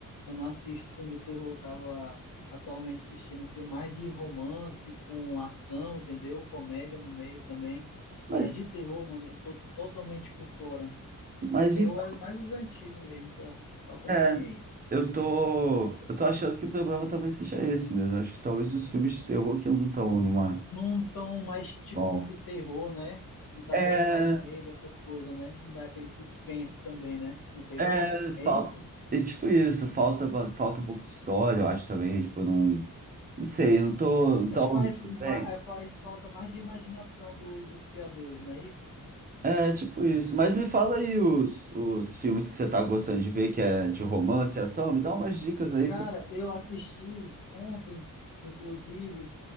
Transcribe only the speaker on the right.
Mas
Mas
então,
é, eu tô, eu tô achando que o problema talvez seja esse mesmo. Acho que talvez os filmes de terror que não estão numa.
Bom.
É,
é,
falta.
É tipo isso, falta, falta um pouco de história, eu acho também. Tipo, não. Não sei, não tô.
Tá
único,
tem.
É, tipo isso. Mas me fala aí os, os filmes que você tá gostando de ver, que é de romance, ação, me dá umas dicas aí.